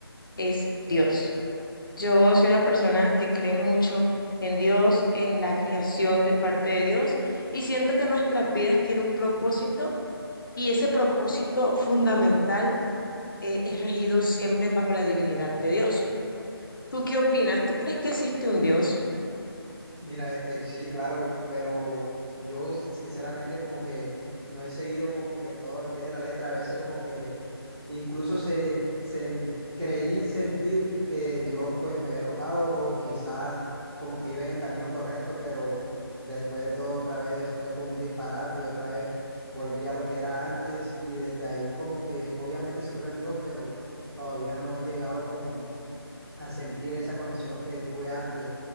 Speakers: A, on the left; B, on the right.
A: es Dios. Yo soy una persona que cree mucho en Dios, en la creación de parte de Dios y siento que nuestras vidas tienen un propósito y ese propósito fundamental. eh, es regido siempre bajo la divinidad de Dios. ¿Tú qué opinas? ¿Tú crees que existe un Dios?
B: Mira, este, sí, claro, pero yo sinceramente como que no he seguido como que todo al pie de la letra, a veces como que incluso se, se creí sentir que Dios pues me había tocado o quizás como que iba en el camino correcto, pero después de todo otra vez fue como un disparate y otra vez volví a lo que era antes y desde ahí como que obviamente sí creo en Dios, pero todavía no he llegado como a sentir esa conexión que tuve antes.